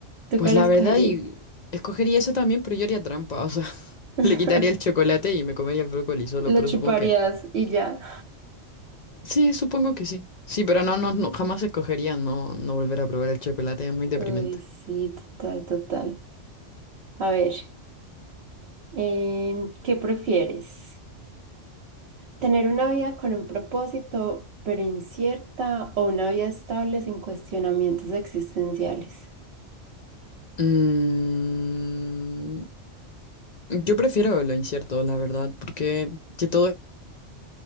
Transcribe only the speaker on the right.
tú
cuál
escogerías?
<laughs>
Lo
chuparías
y ya.
Ay, sí, total, total. A ver, em, ¿qué prefieres? ¿Tener una vida con un propósito pero incierta o una vida estable sin cuestionamientos existenciales?